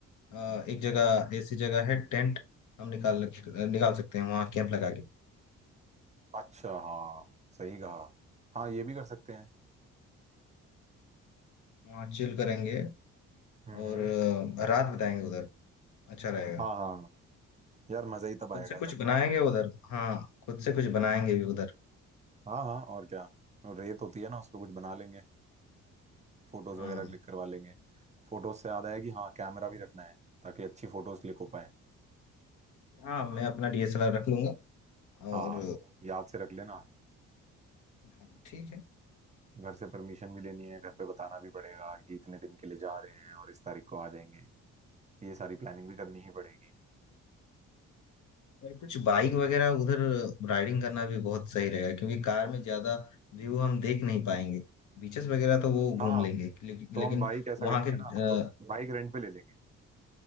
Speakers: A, on the left (about 75°); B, on the right (about 25°).
A: आ, एक जगह ऐसी जगह है टेंट हम निकाल निकाल सकते हैं वहाँ कैंप लगा के
B: अच्छा हाँ सही कहा हाँ ये भी कर सकते हैं
A: वहाँ चिल करेंगे
B: हम्म
A: और
B: हम्म।
A: अ, रात बिताएंगे उधर अच्छा रहेगा
B: हाँ हाँ हाँ। यार मजा ही तब
A: खुद
B: आएगा
A: से कुछ
B: जब
A: बनाएंगे उधर हाँ खुद से कुछ बनाएंगे भी उधर
B: हाँ हाँ और क्या तो रेत होती है ना उस पर कुछ बना लेंगे फोटोज
A: हाँ
B: वगैरह क्लिक करवा लेंगे फोटोज से याद आया कि हाँ कैमरा भी रखना है ताकि अच्छी फोटोज क्लिक हो पाए
A: हाँ मैं अपना डीएसएलआर रख लूंगा और
B: हाँ याद से रख लेना
A: हाँ, ठीक है
B: घर से परमिशन भी लेनी है घर पे बताना भी पड़ेगा कि इतने दिन के लिए जा रहे हैं और इस तारीख को आ जाएंगे ये सारी प्लानिंग भी करनी ही पड़ेगी
A: और कुछ बाइक वगैरह उधर राइडिंग करना भी बहुत सही रहेगा क्योंकि कार में ज्यादा व्यू हम देख नहीं पाएंगे बीचेस वगैरह तो वो घूम
B: हाँ
A: लेंगे ले,
B: तो
A: लेकिन
B: हम बाइक ऐसा
A: वहाँ
B: करेंगे
A: के
B: ना हम
A: अ,
B: लोग बाइक रेंट पे ले लेंगे